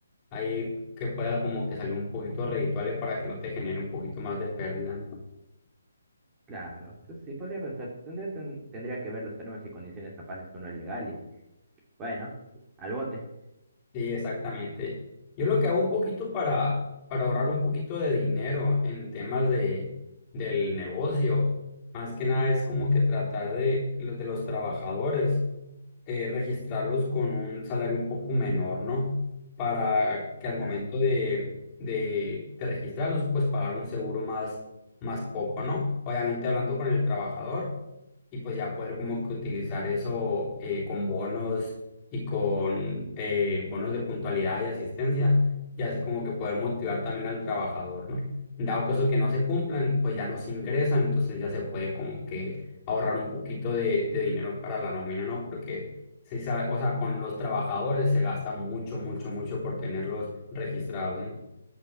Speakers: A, on the left; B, on the right.
A: ahí que pueda como que salir un poquito redituable para que no te genere un poquito más de pérdida, ¿no?
B: claro, pues sí, podría pensar. Tendría, ten- tendría que ver los términos y condiciones, capaz esto no es legal y bueno, al bote.
A: Sí, exactamente. Yo lo que hago un poquito para, para ahorrar un poquito de dinero en temas de, del negocio, más que nada es como que tratar de, de los trabajadores eh, registrarlos con un salario un poco menor, ¿no? Para que al
B: Claro,
A: momento de, de, de registrarlos, pues pagar un seguro más, más poco, ¿no? Obviamente hablando con el trabajador y pues ya poder como que utilizar eso eh, con bonos y con eh, bonos de puntualidad y asistencia y así como que poder motivar también al trabajador, ¿no? Dado caso que no se cumplan, pues ya no se ingresan, entonces ya se puede como que ahorrar un poquito de, de dinero para la nómina, ¿no? Porque Sí, sabe, o sea, con los trabajadores se gasta mucho, mucho, mucho por tenerlos registrados, ¿no?